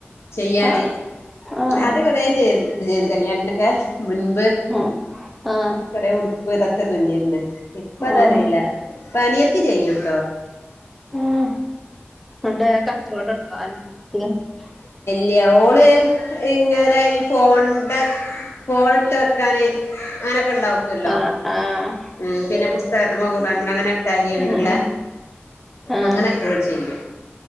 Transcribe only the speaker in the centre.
ആഹ് ആഹ്
ഉം ആഹ്.
ആഹ്
ഉം ഉണ്ട് കച്ചോടംണ്ടോ <unintelligible>
ആഹ് ആഹ്
ഉം ആഹ്